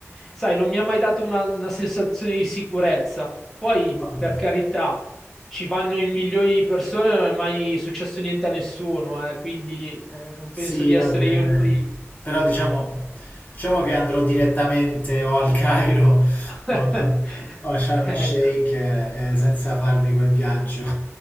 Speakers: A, in the centre; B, on the left.
A: sai, non mi ha mai dato una una sensazione di sicurezza. Poi,
B: No.
A: per carità, ci vanno in milioni di persone, non è mai successo niente a nessuno, eh, quindi eh, non
B: Sì,
A: penso di essere
B: va bene.
A: io il primo.
B: Però diciamo, diciamo che andrò direttamente o al Cairo
A: <laughs>
B: o, o a Sharm
A: Ecco.
B: el Sheikh eh, senza farmi quel viaggio.